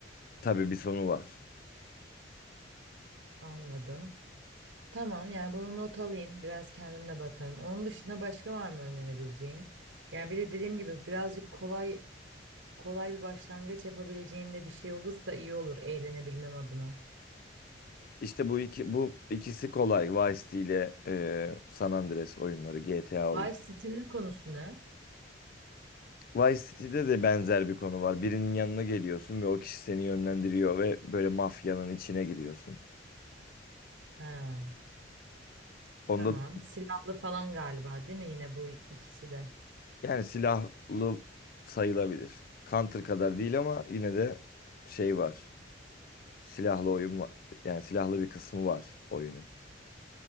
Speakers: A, on the left; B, on the right.
A: Tabii bir sonu var.
B: Anladım. Tamam yani bunu not alayım. Biraz kendim de bakarım. Onun dışında başka var mı önerebileceğin? Yani bir de dediğim gibi birazcık kolay kolay bir başlangıç yapabileceğim de bir şey olursa iyi olur eğlenebilmem adına.
A: İşte bu iki bu ikisi kolay. Vice City ile e, San Andreas oyunları, GTA
B: Vice
A: oyunu.
B: City'nin konusu ne?
A: Vice City'de de benzer bir konu var. Birinin yanına geliyorsun ve o kişi seni yönlendiriyor ve böyle mafyanın içine giriyorsun.
B: Ha,
A: Onda
B: tamam.
A: da
B: Silahlı falan galiba değil mi yine bu ikisi de?
A: yani silahlı sayılabilir. Counter kadar değil ama yine de şey var. Silahlı oyun var. Yani silahlı bir kısmı var oyunun.